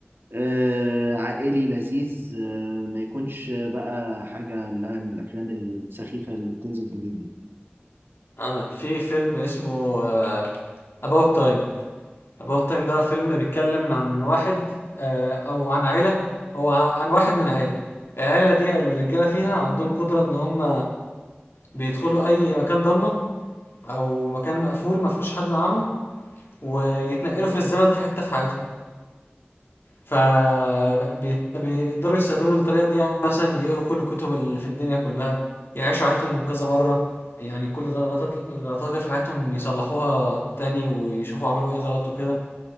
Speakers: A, on the right; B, on the left.
A: آه، عائلي لذيذ آه، ما يكونش بقى حاجه اللي هي من الافلام السخيفه اللي بتنزل جديد دي
B: آه في فيلم اسمه آه About Time About Time ده فيلم بيتكلم عن واحد آه او عن عيلة هو ع- عن واحد من عيلة العيلة دي الرجالة فيها عندهم قدرة ان هم بيدخلوا اي مكان ضلمة او مكان مقفول مفهوش حد معاهم ويتنقلوا في الزمن في حتة في حياتهم فبيقدروا يستخدموا الطريقة دي يعني مثلا يقروا كل الكتب اللي في الدنيا كلها يعيشوا حياتهم كذا مرة يعني كل الغلطات الغلطات اللي في حياتهم يصلحوها تاني ويشوفوا عملوا ايه غلط وكده